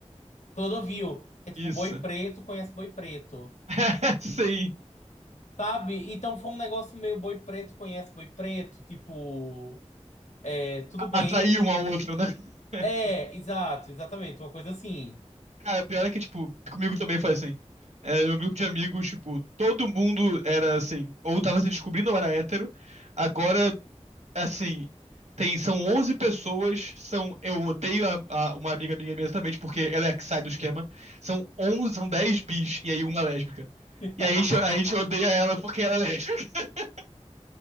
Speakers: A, on the left (about 80°); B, on the right (about 75°).
A: Clodovil, que é tipo
B: Isso.
A: boi preto, conhece boi preto.
B: <laughs> Sim.
A: Sabe? Então foi um negócio meio boi preto conhece boi preto, tipo. É, tudo bem.
B: atrair um ao outro, né?
A: É,
B: <laughs>
A: exato, exatamente, uma coisa assim.
B: Cara, o pior é que, tipo, comigo também foi assim. Era um grupo de amigos, tipo, todo mundo era assim, ou tava se descobrindo ou era hétero. Agora, assim, tem, são 11 pessoas, são, eu odeio a, a- uma amiga minha imensamente porque ela é a que sai do esquema. São 11, são 10 bis e aí uma é lésbica.
A: <laughs>
B: E aí a gente, a gente odeia ela porque ela é lésbica, <laughs>